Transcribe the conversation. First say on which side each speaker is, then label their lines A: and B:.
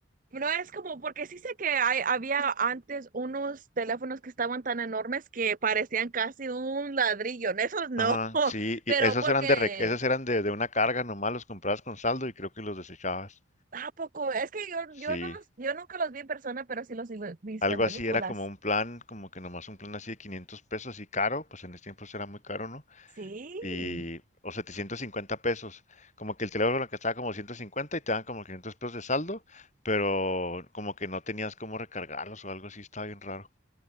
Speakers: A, on the right; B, on the left.
A: no es como, porque sí sé que hay, había antes unos teléfonos que estaban tan enormes que parecían casi un ladrillo. En Esos no,
B: Ajá,
A: <laughs>
B: sí, y
A: pero
B: esos
A: porque,
B: eran de, re- esos eran de, de una carga nomás, los comprabas con saldo y creo que los desechabas.
A: ¿a poco? Es que yo, yo
B: Sí,
A: no, los- yo nunca los vi en persona, pero sí los he visto
B: algo
A: en películas.
B: así era como un plan, como que nomás un plan así de 500 pesos y caro, pues en ese tiempo era muy caro, ¿no?
A: Sí.
B: Y, o 750 pesos, como que el teléfono que estaba como 150 y te dan como 500 pesos de saldo, pero como que no tenías cómo recargarlos o algo así, estaba bien raro.